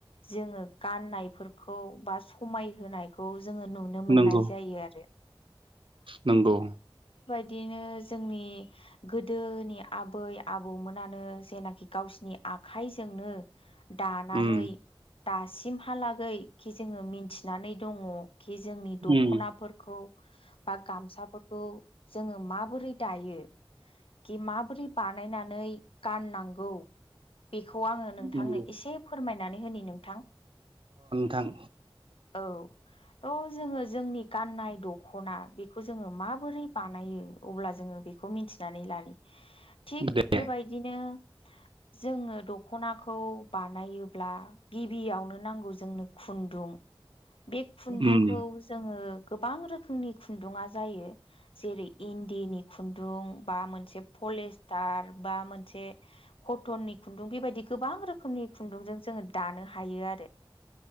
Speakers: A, on the left; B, on the right.
A: जोङो गाननायफोरखौ बा समाय होनायखौ जोङो नुनो मोननाय
B: नंगौ
A: जायो आरो।
B: नंगौ।
A: बिदिनो जोंनि गोदोनि आबै आबौमोनानो जेनाखि गावसिनि आखाइजोंनो दानानै
B: उम
A: दासिमहालागै जोङो मिथिनानै दङ खि जोंनि दखनाफोरखौ
B: उम
A: बा गामसाफोरखौ जोङो माबोरै दायो? कि माबोरै बानायनानै गाननांगौ? बेखौ आङो नोंथांनो
B: नंगौ
A: एसे फोरमायनानै होनि नोंथां
B: थां
A: औ थ' जोङो जोंनि गाननाय दख'ना बेखौ जोङो माबोरै बानाय नायो अब्ला जोङो बेखौ मिथिनानै लानि थिग
B: दे
A: बेबायदिनो जोङो दख'ना खौ बानायोब्ला गिबियावनो नांगौ जोंनो खुन्दुं बे खुन्दुंखौ
B: उम
A: जोङो गोबां रोखोमनि खुन्दुुङा जायो जेरै इन्दिनि खु न्दुं बा मोनसे पलिस्टार बा मोनसे कटननि खुन्दुं बेबायदि गोबां गोबां रोखोमनि खुन्दुंजों जोङो दानो हायो आरो